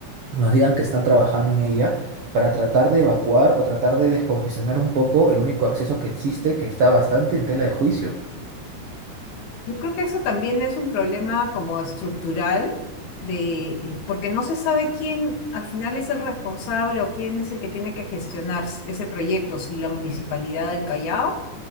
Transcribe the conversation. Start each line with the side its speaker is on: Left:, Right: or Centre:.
Right: nos digan que están trabajando en ella para tratar de evacuar o tratar de descongestionar un poco el único acceso que existe que está bastante en tela de juicio.
Left: Yo creo que eso también es un problema como estructural de porque no se sabe quién al final es el responsable o quién es el que tiene que gestionar s- ese proyecto, si la Municipalidad del Callao,